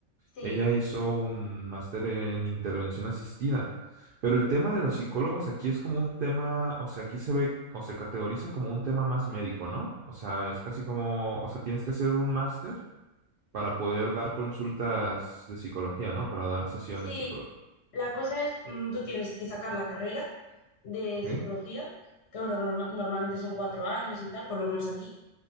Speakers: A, on the left; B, on the right.
A: Sí.
B: Ella hizo un máster en intervención asistida, pero el tema de los psicólogos aquí es como un tema, o sea, aquí se ve o se categoriza como un tema más médico, ¿no? O sea, es casi como, o sea, tienes que hacer un máster para poder dar consultas de psicología, ¿no? Para dar sesiones
A: Sí,
B: psicológicas.
A: la cosa es, mm, tú tienes que sacar la carrera de
B: ¿Ok?
A: psicología, que bueno, norma- normalmente son cuatro años y tal, por lo menos aquí.